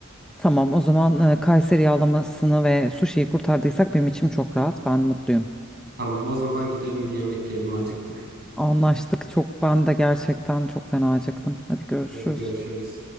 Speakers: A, in the centre; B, on the right (about 50°).
A: Tamam, o zaman e, Kayseri yağlamasını ve suşiyi kurtardıysak benim içim çok rahat. Ben mutluyum.
B: Tamam o zaman gidelim bir yemek yiyelim acıktık.
A: Anlaştık. Çok ben de gerçekten çok fena acıktım. Hadi görüşürüz.
B: Hadi görüşürüz.